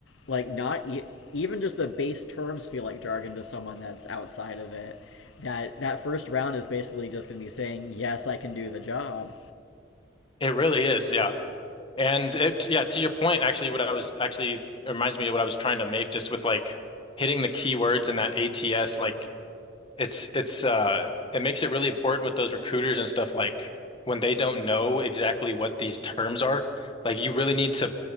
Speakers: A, on the left (about 85°); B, on the left (about 30°).
A: like not e- even just the base terms feel like jargon to someone that's outside of it. That that first round is basically just going to be saying, "Yes, I can do the job."
B: It really is, yeah. And it, yeah, to your point, actually, what I was actually it reminds me of what I was trying to make just with like hitting the keywords in that ATS like It's it's uh it makes it really important with those recruiters and stuff like when they don't know exactly what these terms are, like you really need to